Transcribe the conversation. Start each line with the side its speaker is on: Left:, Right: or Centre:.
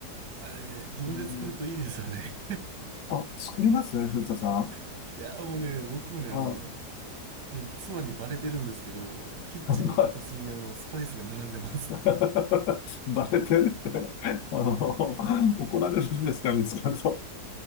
Right: あれ、自分で作るといいですよね。
Left: うん、あ、作りますね、藤田さん。
Right: <laughs> いや、もうね、僕もね、
Left: あ、
Right: あの、うん妻にバレてるんですけど、キッチンの片隅にあの、
Left: ば、
Right: スパイスが並んでます。
Left: <laughs> バレてるって、あの、怒られるんですか、見つかると。